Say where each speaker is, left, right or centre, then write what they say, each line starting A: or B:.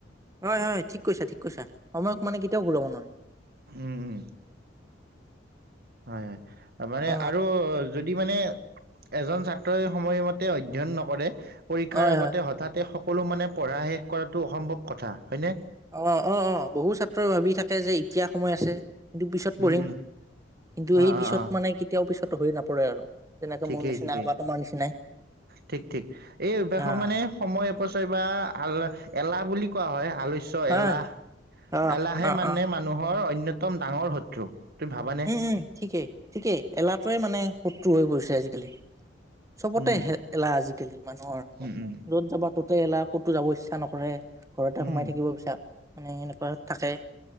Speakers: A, on the right; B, on the right.
A: হয় হয় ঠিক কৈছা ঠিক কৈছা সময়ক মানে কেতিয়াও ঘূৰাব নোৱাৰিম।
B: উম উম হয় হয় মানে
A: অ
B: আৰু যদি মানে এজন ছাত্ৰই সময়মতে অধ্যয়ন নকৰে। পৰীক্ষাৰ
A: হয়
B: আগতে
A: হয়
B: হঠাতে সকলো মানে পঢ়া শেষ কৰাটো অসম্ভৱ কথা হয়নে
A: অ অ অ বহু ছাত্ৰই ভাবি থাকে যে এতিয়া সময় আছে। কিন্তু পিছত পঢ়িম
B: উম উম
A: কিন্তু
B: অ
A: সেই পিছত
B: অ অ
A: মানে কেতিয়াও পিছত হৈ নপৰে আৰু যেনেকে
B: ঠিকেই
A: মোৰ নিচিনা
B: ঠিকেই,
A: বা তোমাৰ নিচিনাই
B: ঠিক ঠিক এই-মানে
A: আহ
B: সময় অপচয়বাৰ আলা এলাহ বুলি কোৱা হয় আলস্য
A: হা
B: এলাহ,
A: অ
B: এলাহে
A: অ
B: মানে
A: অ
B: মানুহৰ অন্য একদম ডাঙৰ শত্ৰু তুমি ভাবানে
A: উম উম ঠিকেই ঠিকেই এলাহটোৱে মানে শত্ৰু হৈ গৈছে আজিকালি। চবতে-এলাহ
B: উম
A: আজিকালি মানুহৰ।
B: উম উম
A: য'ত যাবা ত'তে এলাহ ক'ত কতো যাব ইচ্ছা নকৰে ঘৰতে
B: উম
A: সোমাই থাকিব বিছাৰ মানে এনেকোৱা থাকে